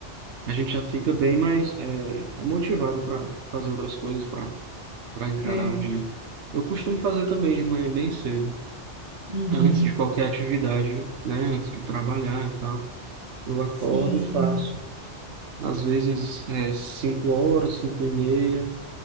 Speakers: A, on the right (about 75°); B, on the right (about 30°).
A: a gente já fica bem mais é, é motivado para fazer outras coisas, para para encarar
B: É,
A: o dia. Eu costumo fazer também de manhã bem cedo,
B: Uhum.
A: antes de qualquer atividade, né? Antes de trabalhar e tal. Eu acordo
B: Sim, sim,
A: e faço. às vezes é, 5 horas, 5 e meia.